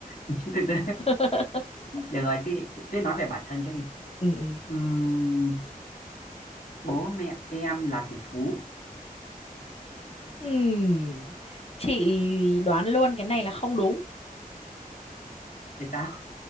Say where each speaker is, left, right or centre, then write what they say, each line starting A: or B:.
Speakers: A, on the left; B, on the left.
A: <laughs> từ từ
B: <laughs>
A: được rồi thì cứ nói về bản thân trước đi
B: ừ ừ
A: Ừm, bố mẹ em là tỷ phú
B: Ừm, Chị đoán luôn cái này là không đúng.
A: thì sao